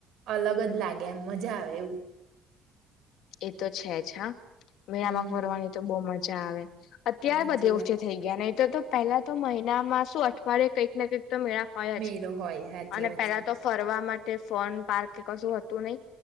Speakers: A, on the right; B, on the left.
A: અલગ જ લાગે એમ મજા આવે એવું.
B: એ તો છે જ હા મેળામાં
A: હમ
B: ફરવાની તો બોવ મજા આવે. અત્યાર
A: સાચી
B: બધા
A: વાત
B: ઓછે થઇ ગયા નહી તો તો પેલા તો મહિના માં શું અઠવાડયે કઈક ને કઈક તો મેળા હોય
A: મેરો
B: જ
A: હોય સાચી
B: અને
A: વાત
B: પેલા
A: છે
B: તો ફરવા માટે ફોન પાર્ક કશું હતું નહી